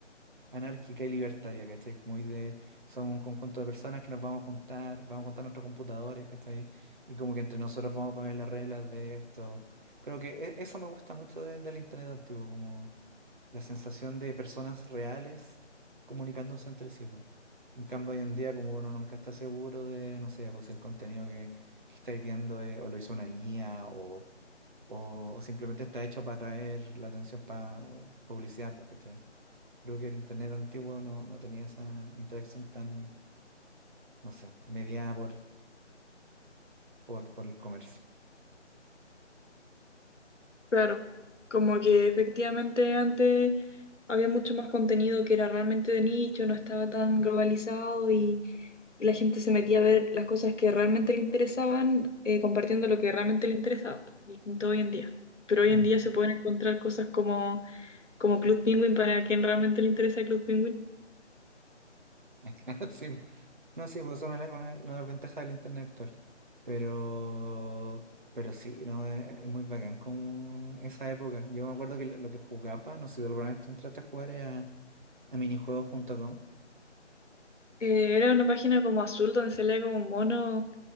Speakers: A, on the right; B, on the left.
A: anárquica y libertaria, ¿cachai? Muy de somos un conjunto de personas que nos vamos a juntar, vamos a juntar nuestros computadores, ¿cachai? Y como que entre nosotros vamos a poner las reglas de esto. Creo que e- eso me gusta mucho de- del internet antiguo, como la sensación de personas reales comunicándose entre sí. po. En cambio, hoy en día, como uno nunca está seguro de, no sé, pues, si el contenido que, que estáis viendo es- o lo hizo una IA o, o, o simplemente está hecho para traer la atención para publicidad, porque creo que el internet antiguo no, no tenía esa interacción tan, no sé, mediada por, por, por el comercio.
B: Claro, como que efectivamente antes había mucho más contenido que era realmente de nicho, no estaba tan globalizado y, y la gente se metía a ver las cosas que realmente le interesaban, eh, compartiendo lo que realmente le interesaba, pues, distinto hoy en día. Pero hoy
A: Mm.
B: en día se pueden encontrar cosas como, como Club Penguin para quien realmente le interesa Club Penguin.
A: <laughs> Claro, sí. No, sí, pues son una, una- una de las ventajas del internet actual. Pero, pero sí, no, es, es muy bacán con esa época. Yo me acuerdo que lo lo que jugaba, no sé si alguna vez tú entraste a jugar a, a minijuegos.com.
B: Eh, era una página como azul donde se leía como un mono,